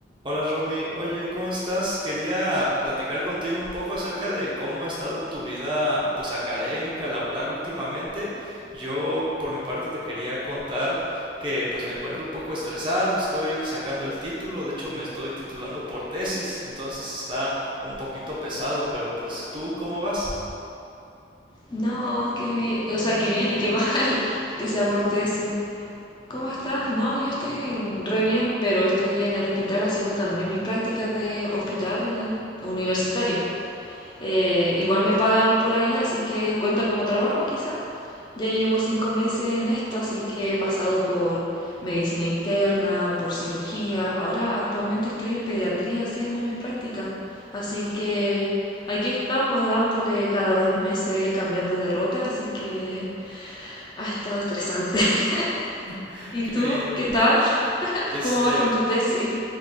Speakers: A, on the right; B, on the left.
A: Hola Romy, oye, ¿cómo estás? Quería platicar contigo un poco acerca de cómo ha estado tu vida, pues académica, laboral últimamente. Yo, por mi parte, te quería contar que pues me encuentro un poco estresado, estoy sacando el título, de hecho me estoy titulando por tesis, entonces está un poquito pesado, pero pues tú, ¿cómo vas?
B: No, qué bien, o sea, qué bien y qué mal <laughs> que se aborté, sí. ¿Cómo estás? No, yo estoy re bien, pero estoy en el hospital haciendo también mis prácticas de hospital universitaria. Eh, igual me pagan por ahí, así que cuenta como trabajo quizá. Ya llevo cinco meses en esto, así que he pasado por medicina interna, por cirugía. Ahora actualmente estoy en pediatría haciendo mis prácticas. Así que aquí estamos dándole cada dos meses cambiando de rote, así que ha estado estresante. <laughs>
A: <laughs>
B: ¿Y
A: Qué
B: tú
A: bien.
B: qué tal?
A: Este,
B: ¿Cómo vas con tu tesis?